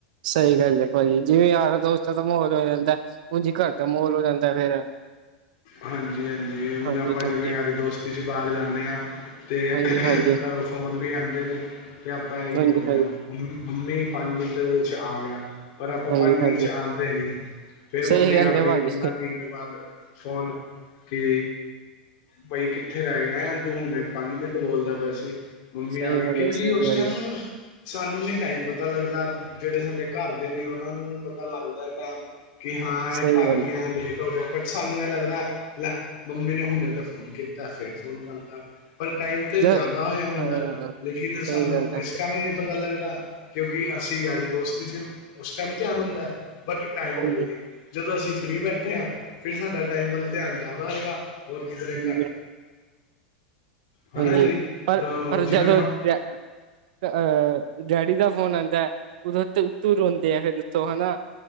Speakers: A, on the right; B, on the left.
A: ਸਹੀ ਗੱਲ ਹੈ ਭਾਜੀ, ਜਿਵੇਂ ਯਾਰ ਦੋਸਤਾਂ ਦਾ ਮਾਹੌਲ ਹੋ ਜਾਂਦਾ ਹੈ ਉਂਝ ਘਰ ਦਾ ਮਾਹੌਲ ਹੋ ਜਾਂਦਾ ਫੇਰ
B: ਹਾਂਜੀ ਹਾਂਜੀ ਹੁਣ
A: ਹਾਂਜੀ
B: ਆਪਾਂ
A: ਹਾਂਜੀ
B: ਜਿਵੇਂ ਯਾਰੀ ਦੋਸਤੀ 'ਚ ਬਾਹਰ ਜਾਂਦੇ ਹਾਂ। ਅਤੇ
A: ਹਾਂਜੀ ਹਾਂਜੀ
B: ਘਰੋਂ ਫੋਨ ਵੀ ਆਉਂਦੇ ਨੇ ਅਤੇ ਆਪਾਂ ਇਹੀ
A: ਹਾਂਜੀ
B: ਬੋਲਦੇ
A: ਹਾਂਜੀ
B: ਹਾਂ। ਮੰ ਮੰਮੀ ਪੰਜ ਮਿੰਟ ਵਿੱਚ ਆ ਗਿਆ ਪਰ ਆਪਾਂ ਪੰਜ
A: ਹਾਂਜੀ
B: ਮਿੰਟ
A: ਹਾਂਜੀ
B: ਚ ਆਉਂਦੇ ਨੀ, ਫੇਰ ਮੰਮੀ
A: ਸਹੀ ਗੱਲ
B: ਕਰਦੇ
A: ਹੈ ਭਾਜੀ
B: ਕਿ ਪੰਦਰਾਂ ਮਿੰਟ ਬਾਅਦ ਫੋਨ ਕੀ ਬਾਈ ਕਿੱਥੇ ਰਹਿ ਗਿਆ ਤੂੰ ਹੁਣੇ ਪੰਜ ਮਿੰਟ ਬੋਲਦਾ ਪਿਆ ਸੀ ਮੰਮੀ
A: ਸਹੀ
B: ਆ ਗਏ
A: ਗੱਲ
B: ਕਿਉਂਕਿ
A: ਹੈ ਸਹੀ
B: ਉਸ
A: ਗੱਲ
B: ਟਾਈਮ
A: ਹੈ
B: ਸਾਨੂੰ ਨੀ ਟਾਈਮ ਪਤਾ ਲੱਗਦਾ, ਜਿਹੜੇ ਸਾਡੇ ਘਰ ਦੇ ਨੇ ਉਹਨਾਂ ਨੂੰ ਪਤਾ ਲੱਗਦਾ ਟਾਈਮ ਕਿ ਹਾਂ ਇਹ
A: ਸਹੀ
B: ਘਰ
A: ਗੱਲ
B: ਨੀ ਆਇਆ ਹਲੇ ਿਆ ਬਟ ਸਾਨੂੰ ਇਹ ਲੱਗਦਾ ਲੈ ਮੰਮੀ ਨੇ ਹੁਣੇ ਤਾਂ ਫੋਨ ਕੀਤਾ ਫਿਰ ਫੋਨ ਕਰਦਾ ਪਰ ਟਾਈਮ ਤੇ ਜ਼ਿਆਦਾ
A: ਜ
B: ਹੋਇਆ ਹੁੰਦਾ,
A: ਹਾਂ
B: ਲੇਕਿਨ
A: ਸਹੀ
B: ਸਾਨੂੰ
A: ਗੱਲ ਹੈ
B: ਇਸ ਕਾਰਨ ਪਤਾ ਲੱਗਦਾ ਕਿਉਂਕਿ ਅਸੀਂ ਯਾਰੀ ਦੋਸਤੀ ' ਉਸ ਟਾਈਮ ਧਿਆਨ ਹੁੰਦਾ ਬਟ ਟਾਈਮ ਵੱਲ
A: ਹਾਂਜੀ
B: ਨਹੀਂ, ਜਦੋਂ ਅਸੀਂ ਫਰੀ ਬੈਠੇ ਹਾਂ ਫਿਰ ਸਾਡਾ ਟਾਈਮ ਵੱਲ ਧਿਆਨ ਜ਼ਿਆਦਾ ਹੋਏਗਾ ਹੋਰ ਕਿਧਰੇ
A: ਹਾਂਜੀ
B: ਘੱਟ ਹਨਾ
A: ਹਾਂਜੀ,
B: ਜੀ ਅ
A: ਪਰ -ਪਰ
B: ਜਿਵੇਂ
A: ਜਦੋਂ
B: ਮ
A: ਅ ਅਹ ਡੈਡੀ ਦਾ ਫੋਨ ਆਉਂਦਾ ਉਦੋਂ ਉਥੋਂ ਰੋਂਦੇ ਆ ਫਿਰ ਉਥੋਂ ਹਨਾ